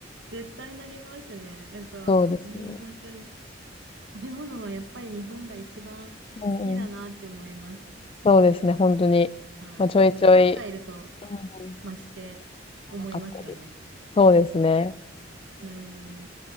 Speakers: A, on the right; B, on the left.
A: 絶対なりますね。なんか、
B: そうですね。
A: うん、本当に、食べ物はやっぱり日本が一番好きだなって思います。
B: うんうん。そうですね、本当に。
A: あー、
B: まあ、ちょいちょい、
A: 海外いると
B: うんうん。
A: 増して思いますよね。
B: なかったり。そうですね。
A: うん。